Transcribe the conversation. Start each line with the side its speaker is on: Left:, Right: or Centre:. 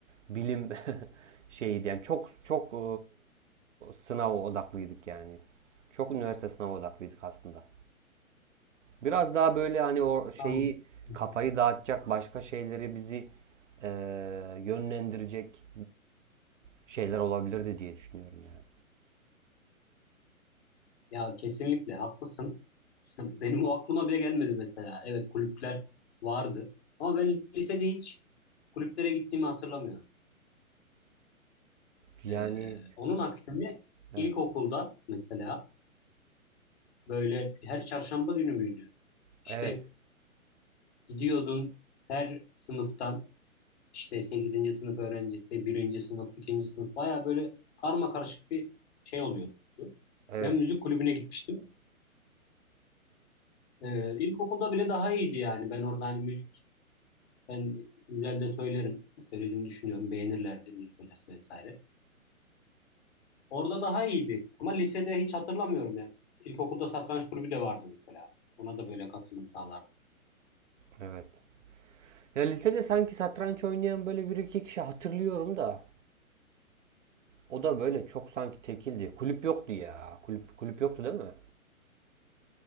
Right: bilim <laughs> şeydi yani çok çok e, sınav odaklıydık yani. Çok üniversite sınavı odaklıydık aslında. Biraz daha böyle hani o şeyi
Left: Tamam. Hı
Right: kafayı
Left: hı.
Right: dağıtacak başka şeyleri bizi e, yönlendirecek şeyler olabilirdi diye düşünüyorum yani.
Left: Ya kesinlikle haklısın. <laughs> Benim o aklıma bile gelmedi mesela. Evet kulüpler vardı. Ama ben lisede hiç kulüplere gittiğimi hatırlamıyorum.
Right: Yani
Left: Ee, onun aksine
Right: evet.
Left: ilkokulda mesela böyle her çarşamba günü müydü? İşte
Right: Evet.
Left: gidiyordun her sınıftan işte sekizinci sınıf öğrencisi, birinci sınıf, ikinci sınıf baya böyle karma karışık bir şey oluyordu.
Right: Evet.
Left: Ben müzik kulübüne gitmiştim. Ee, ilkokulda bile daha iyiydi yani. Ben orada hani müzik Ben güzel de söylerim. Söylediğimi düşünüyorum. Beğenirlerdi müzik hocası vesaire. Orada daha iyiydi. Ama lisede hiç hatırlamıyorum ya. İlkokulda satranç kulübü de vardı mesela. Ona da böyle katılım sağlardım.
Right: Evet. Ya lisede sanki satranç oynayan böyle bir iki kişi hatırlıyorum da. O da böyle çok sanki tekildi. Kulüp yoktu ya. Kulüp kulüp yoktu değil mi?